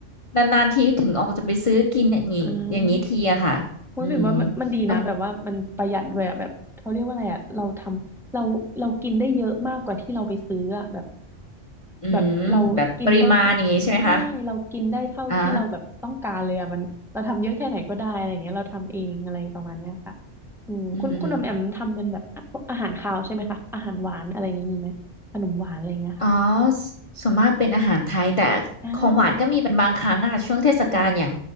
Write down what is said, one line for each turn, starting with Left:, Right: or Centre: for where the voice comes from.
Left: นานๆทีถึงออกจะไปซื้อกินอย่างนี้อย่างนี้ทีอะค่ะอืม
Centre: อ่า มุ้ยบิ่มว่ามันมันดีนะแบบว่ามันประหยัดด้วยอะแบบเขาเรียกว่าอะไรอะเราทำเราเรากินได้เยอะมากกว่าที่เราไปซื้ออะแบบ
Left: แล้วอืมแบบปริมาณอย่างนี้ใช่ไหมคะ
Centre: แบบเรากินได้ทั้งใช่เรากินได้เท่าที่เราแบบต้องการเลยอะมันเราทำเยอะแค่ไหนก็ได้อะไรอย่างเงี้ยเราทำเองอะไรประมาณเนี้ยค่ะ
Left: อ่า
Centre: อืมคุณคุณอมแอมทำเป็นแบบพวกอาหารคาวใช่ไหมคะอาหารหวานอะไรอย่างงี้มีไหมขนมหวานอะไรอย่างเงี้ยค่ะ
Left: อืม อ๋อสส่วนมากเป็นอาหารไทยแต่
Centre: อ่า
Left: ของหวานก็มีเป็นบางครั้งอะช่วงเทศกาลอย่าง
Centre: อืม